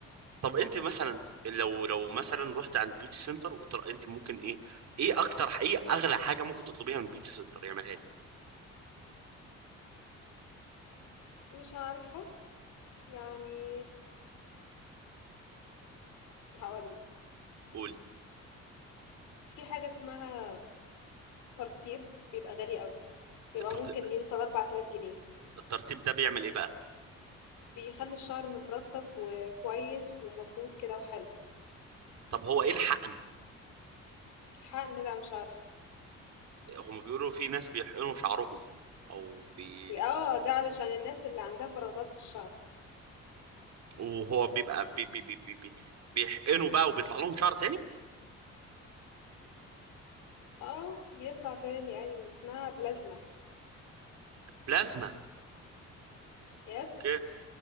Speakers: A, on the right; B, on the left.
A: طب انت مثلا لو لو مثلا رحت عند بيوتي سنتر وطلع انت ممكن ايه ايه اكتر ايه اغلى حاجه ممكن تطلبيها من بيوتي سنتر يعملها لك
B: مش عارفة يعني هقولك
A: قولي
B: في حاجة اسمها ترطيب بيبقى غالي قوي بيبقى
A: الترتيب
B: ممكن يوصل 4000 جنيه
A: الترتيب ده بيعمل ايه بقى
B: بيخلي الشعر مترطب وكويس ومفروض كده وحلو
A: طب هو ايه الحقن
B: الحقن لا مش عارفة
A: هم بيقولوا في ناس بيحقنوا شعرهم او بي
B: اه ده علشان الناس اللي عندها فراغات في الشعر
A: وهو بيبقى بي بي بي بي بي بيحقنوا بقى وبيطلع لهم شعر تاني
B: اه بيطلع تاني ايوه اسمها بلازما
A: بلازما
B: يس
A: اوكي